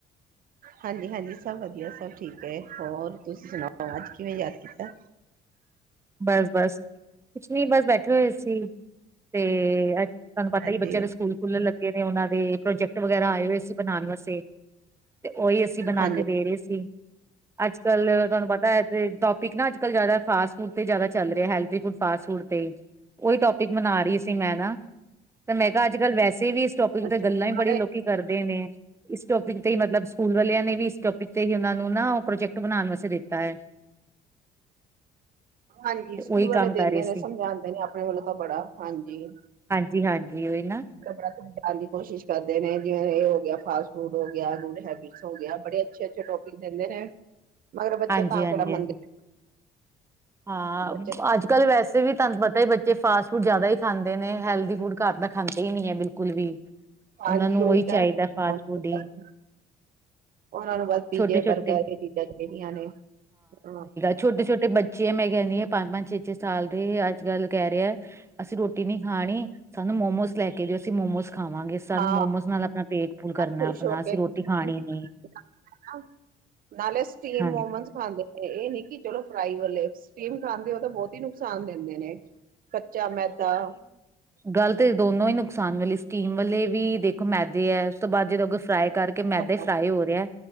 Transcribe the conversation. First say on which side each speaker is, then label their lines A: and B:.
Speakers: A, on the right; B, on the right.
A: ਹਾਂਜੀ-ਹਾਂਜੀ ਸਭ ਵਧੀਆ ਸਭ ਠੀਕ ਹੈ। ਹੋਰ ਤੁਸੀਂ ਸੁਣਾਓ, ਅੱਜ ਕਿਵੇਂ ਯਾਦ ਕੀਤਾ।
B: ਬਸ-ਬਸ <inaudible> ਕੁਛ ਨੀ ਬਸ ਬੈਠੇ ਹੋਏ ਸੀ। ਤੇ ਤੁਹਾਨੂੰ ਪਤਾ
A: ਹਾਂਜੀ
B: ਹੀ ਬੱਚਿਆਂ ਦੇ ਸਕੂਲ ਖੁੱਲਣ ਲੱਗੇ ਨੇ ਉਹਨਾਂ ਦੇ ਪ੍ਰੋਜੈਕਟ ਵਗੈਰਾ ਆਏ ਹੋਏ ਸੀ ਬਣਾਉਣ ਵਾਸਤੇ ਤੇ ਉਹੀ ਅਸੀਂ ਬਣਾ
A: ਹਾਂਜੀ
B: ਕੇ ਦੇ ਰਹੇ ਸੀ। ਅੱਜ-ਕਲ੍ਹ ਤੁਹਾਨੂੰ ਪਤਾ ਹੈ ਤੇ ਟੋਪਿਕ ਨਾਂ ਅੱਜ-ਕੱਲ੍ਹ ਜ਼ਿਆਦਾ ਫਾਸਟ ਹੁਣ ਤੇ ਜਿਆਦਾ ਚੱਲ ਰਿਹਾ ਹੈ ਹੈਲਦੀ ਫੂਡ, ਫਾਸਟ ਫੂਡ ਤੇ ਉਹੀ ਟੋਪਿਕ ਬਣਾ ਰਹੀ ਸੀ ਮੈਂ ਨਾਂ ਤੇ ਮੈਂ ਕਿਹਾ ਅੱਜ-ਕੱਲ੍ਹ ਵੈਸੇ ਵੀ ਇਸ ਟੋਪਿਕ ਉਤੇ
A: ਅੱਛਾ
B: ਗੱਲਾਂ ਹੀ ਬੜੀ ਲੋਕੀ ਕਰਦੇ ਨੇਂ ਇਸ ਟੋਪਿਕ ਤੇ ਹੀ ਮਤਲਬ ਸਕੂਲ ਵਾਲਿਆਂ ਨੇ ਵੀ ਇਸ ਟੋਪਿਕ ਤੇ ਹੀ ਉਹਨਾਂ ਨੂੰ ਨਾਂ ਉਹ ਪ੍ਰੋਜੈਕਟ ਬਣਾਉਣ ਵਾਸਤੇ ਦਿੱਤਾ ਹੈ।
A: ਹਾਂਜੀ
B: ਤੇ
A: ਸਕੂਲ
B: ਉਹੀ
A: ਵਾਲੇ
B: ਕੰਮ
A: ਦਿੰਦੇ
B: ਕਰ ਰਹੇ ਸੀ
A: ਨੇ ਸਮਝਾਉਂਦੇ ਨੇ ਆਪਣੇ ਵੱਲੋਂ ਤਾਂ ਬੜਾ ਹਾਂਜੀ।
B: ਜੀ ਹਾਂਜੀ ਹੀ ਨਾਂ
A: ਬੜਾ ਸਮਝਾਉਣ ਦੀ ਕੋਸ਼ਿਸ਼ ਕਰਦੇ ਨੇਂ ਜਿਵੇਂ ਇਹ ਹੋ ਗਿਆ ਫਾਸਟ ਫੂਡ ਹੋ ਗਿਆ ਗੁੱਡ ਹੈਬਿਟ ਹੋ ਗਿਆ ਬੜੇ ਅੱਛੇ-ਅੱਛੇ ਟੋਪਿਕ ਦਿੰਦੇ ਨੇ, ਮਗਰ ਬੱਚੇ
B: ਹਾਂਜੀ
A: ਤਾਂ
B: ਹਾਂਜੀ
A: ਕਿਹੜਾ ਮੰਨਦੇ
B: ਹਾਂਜੀ। ਹਾਂ
A: ਬੱਚੇ
B: ਅੱਜ-ਕੱਲ੍ਹ ਵੈਸੇ ਵੀ ਤੁਹਾਨੂੰ ਪਤਾ ਹੀ ਬੱਚੇ ਜੇ ਫਾਸਟ ਫੂਡ ਜ਼ਿਆਦਾ ਹੀ ਖਾਂਦੇ ਨੇਂ, ਹੈਲਦੀ ਫੂਡ ਘਰ ਦਾ ਖਾਂਦੇ ਹੀ ਨਹੀਂ ਹੈ ਬਿਲਕੁਲ ਵੀ
A: ਹਾਂਜੀ
B: ਉਹਨਾਂ ਨੂੰ
A: ਉਹੀ ਤੇ
B: ਚਾਹੀਦਾ ਫਾਸਟ
A: <unintelligible>
B: ਫੂਡ ਹੀ
A: ਉਹਨਾਂ ਨੂੰ ਬਸ ਪੀਜੇ,
B: ਛੋਟੇ ਛੋਟੇ
A: ਬਰਗਰ ਇਹ ਚੀਜ਼ਾਂ ਚਾਹੀਦੀਆਂ ਨੇਂ ਹ
B: ਛੋਟੇ-ਛੋਟੇ ਬੱਚੇ ਆ ਮੈਂ ਕਹਿੰਨੀ ਹਾਂ ਪੰਜ-ਪੰਜ, ਛੇ-ਛੇ ਸਾਲ ਦੇ ਅੱਜ-ਕੱਲ੍ਹ ਕਹਿ ਰਹੇ ਆ ਅਸੀਂ ਰੋਟੀ ਨੀਂ ਖਾਣੀ, ਸਾਨੂੰ ਮੋਮੋਸ ਲੈ ਕੇ ਦੋ ਅਸੀਂ ਮੋਮੋਸ ਖਾਵਾਂਗੇ। ਸਾਨੂੰ
A: ਹਾਂ
B: ਮੋਮੋਸ ਨਾਲ ਆਪਣਾ ਪੇਟ ਫੂਲ ਕਰਨਾ
A: ਖੁਸ਼
B: ਆਪਣਾ
A: ਹੋ
B: ਅਸੀਂ
A: ਕੇ ਖਾਂਦੇ
B: ਰੋਟੀ ਖਾਣੀ
A: ਨੇ।
B: ਨੀ।
A: ਨਾਲੇ ਸਟੀਮ
B: ਹਾਂਜੀ
A: ਮੋਮੈਸ ਖਾਂਦੇ ਨੇ ਇਹ ਨੀਂ ਕਿ ਚਲੋ, ਫਰਾਈ ਵਾਲੇ ਸਟੀਮ ਖਾਂਦੇ ਉਹ ਤਾਂ ਬਹੁਤ ਹੀ ਨੁਕਸਾਨ ਦਿੰਦੇ ਨੇਂ ਕੱਚਾ ਮੈਦਾ
B: ਗਲਤ ਦੋਨੋ ਹੀ ਨੁਕਸਾਨ ਵਾਲੀ ਸਟੀਮ ਵਾਲੇ ਵੀ ਦੇਖੋ ਮੈਦੇ ਹੈ ਉਸ ਤੋਂ ਬਾਅਦ ਜਦੋਂ ਅਰ ਫਰਾਈ ਕਰਕੇ
A: ਹੈ।
B: ਮੈਦੇ ਫਰਾਈ ਹੋ ਰਿਹਾ